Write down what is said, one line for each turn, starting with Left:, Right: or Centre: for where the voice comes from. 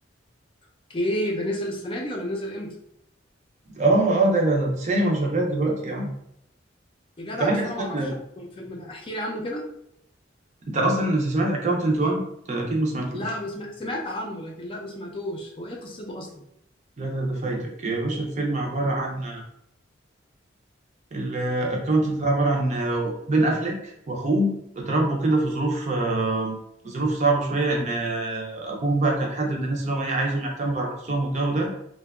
Left: اوكي ده نزل السنه دي ولا نزل امتى
Right: آه آه ده ده- ده السينما شغال دلوقتي يعني
Left: بجدع
Right: أنت عارف
Left: بس
Right: أصلا
Left: انا ما اعرفش عنه الفيلم ده احكي لي عنه كده
Right: أنت أصلا سمعت أكاونتنت 1 أنت أكيد ما سمعتوش
Left: لا ما سمع... سمعت عنه لكن لا ما سمعتوش هو ايه قصته اصلا
Right: لا ده ده فايتك يا باشا الفيلم عبارة عن الاكونت ده عباره عن آه، بين افليك واخوه اتربوا كده في ظروف آه، ظروف صعبه شويه ان آه، ابوهم بقى كان حد من الناس اللي هم ايه عايزهم يعتمدوا على نفسهم والجو ده